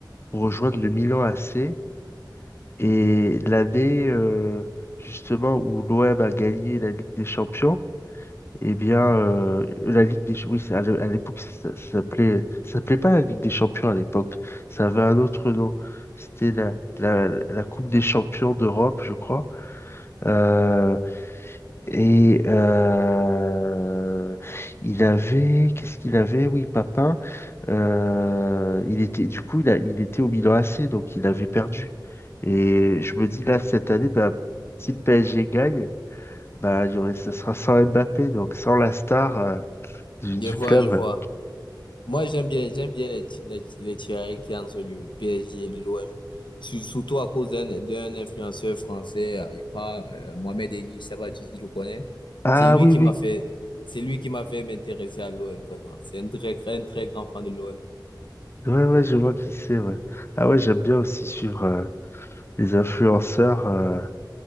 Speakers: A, on the left (about 30°); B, on the left (about 80°).
A: pour rejoindre le Milan AC et l'année euh, justement où l'OM a gagné la Ligue des Champions, eh bien euh, la Ligue des oui c'est- à l'é- à l'époque ça, ça- ça s'appelait ça s'appelait pas la Ligue des Champions à l'époque, ça avait un autre nom, c'était la, la la Coupe des Champions d'Europe, je crois. Euh, et euh, il avait, qu'est-ce qu'il avait? Oui, Papin. euh, il était, du coup, il, a- il était au Milan AC, donc il avait perdu. Et je me dis là cette année, bah, si le PSG gagne, bah, il y aurait, ce sera sans Mbappé, donc sans la star euh, du,
B: je
A: du
B: vois,
A: club.
B: je vois. Moi, j'aime bien, j'aime bien les, ti- les, les tirailles qu'il y a entre le PSG et l'OM. Surtout à cause d'un d'un influenceur français, euh, je crois, euh, Mohamed Eni, je sais pas si tu le connais.
A: Ah
B: C'est lui
A: oui,
B: qui
A: oui,
B: m'a fait, c'est lui qui m'a fait m'intéresser à l'OM, vraiment. C'est un très, très, un très grand fan de l'OM.
A: ouais, ouais, je vois qui c'est. Ouais. Ah ouais, j'aime bien aussi suivre euh, les influenceurs. euh,